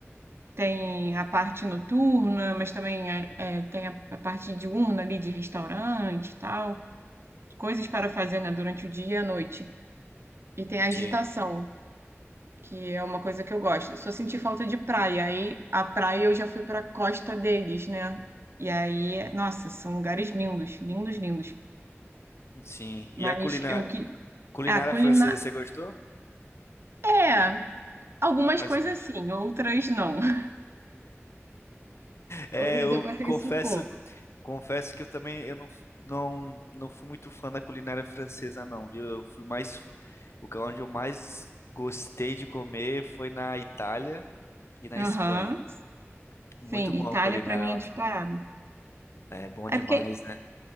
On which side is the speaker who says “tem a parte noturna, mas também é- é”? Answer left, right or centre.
Right